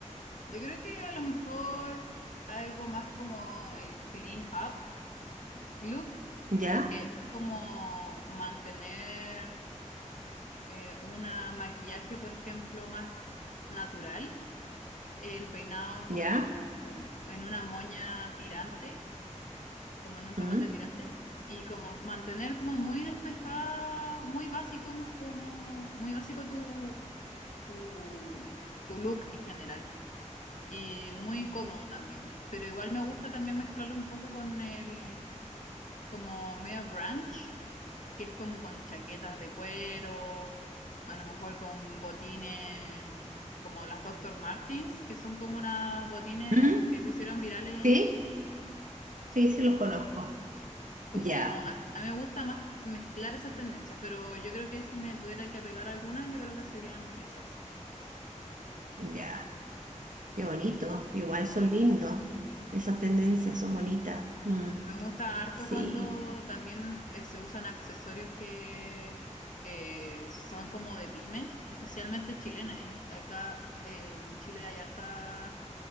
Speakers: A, on the left (about 80°); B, on the right (about 80°).
A: yo creo que a lo mejor algo más como el clean up look,
B: ¿Ya?
A: que es como mantener eh, una maquillaje, por ejemplo, más natural, el peinado como
B: ¿Ya?
A: en una moña tirante, como en un tomate
B: ¿Mm?
A: tirante, y como mantener como muy despejada, muy básico, como, como- muy básico tu, tu, tu look en general, y muy cómodo también. Pero igual me gusta también mezclarlo un poco con el como medio grunge, que es como con chaquetas de cuero, a lo mejor con botines como las doctor Martens, que son como unas botines
B: ¿Mm?
A: que se hicieron virales en
B: ¿Sí?
A: Chile.
B: Sí, sí los conozco.
A: Como
B: Ya,
A: a, a mí me gusta más mezclar esas tendencias, pero yo creo que si me tuviera que pegar algunas, yo creo que serían esas.
B: ya. Qué bonito. Igual son lindos. Esas tendencias
A: Sí.
B: son bonitas. Mm,
A: Me gusta harto
B: Sí.
A: cuando también eh, se usan accesorios que eh, son como de pyme, especialmente chilena. En- acá eh, en Chile hay harta